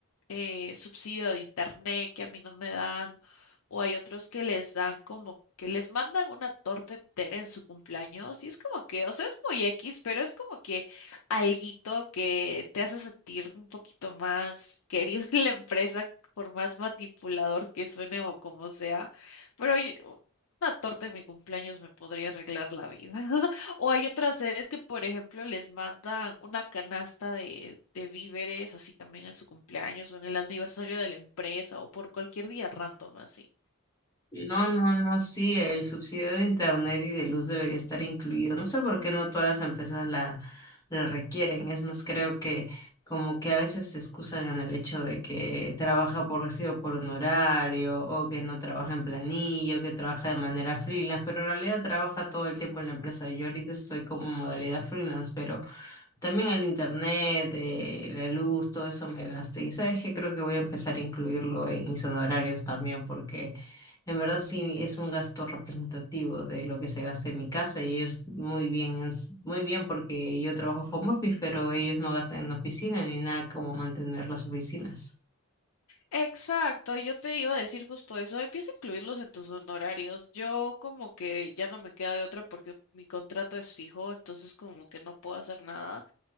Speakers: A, on the left; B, on the left.
A: eh, subsidio de internet que a mí no me dan, o hay otros que les dan como que les mandan una torta entera en su cumpleaños y es como que, o sea, es muy X, pero es como que alguito que te hace sentir un poquito más querido <laughs> en la empresa, por más manipulador que suene o como sea. Pero yo- una torta en mi cumpleaños me podría arreglar la vida. O hay otras sedes que, por ejemplo, les mandan una canasta de, de víveres, así también en su cumpleaños o en el aniversario de la empresa o por cualquier día random, así.
B: No, no, no, sí, el subsidio de internet y de luz debería estar incluido. No sé por qué no todas las empresas la, la requieren. Es más, creo que como que a veces se excusan en el hecho de que trabaja por recibo por honorario o que no trabaja en planillo, que trabaja de manera freelance, pero en realidad trabaja todo el tiempo en la empresa. Yo ahorita estoy como en modalidad freelance, pero también el internet, eh, la luz, todo eso me gasta. Y sabes que creo que voy a empezar a incluirlo en mis honorarios también, porque en verdad sí es un gasto representativo de lo que se gasta en mi casa y ellos muy bien, en s- muy bien porque yo trabajo home office, pero ellos no gastan en oficina ni nada como mantener las oficinas.
A: Exacto, yo te iba a decir justo eso, empieza a incluirlos en tus honorarios. Yo como que ya no me queda de otra porque mi contrato es fijo, entonces como que no puedo hacer nada.